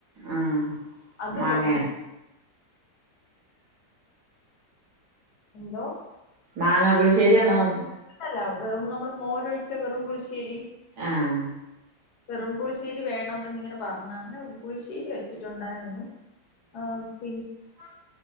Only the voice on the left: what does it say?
അത്
കൊറച്ച് എന്തോ?
അല്ല വെ നമ്മള് മോരൊഴിച്ച വെറും പുളിശ്ശേരി.
വെറും പുളിശ്ശേരി വേണം എന്നിങ്ങനെ പറഞ്ഞങ്ങനെ പുളിശ്ശേരി വെച്ചിട്ടൊണ്ടായിരുന്നു ആഹ് പിൻ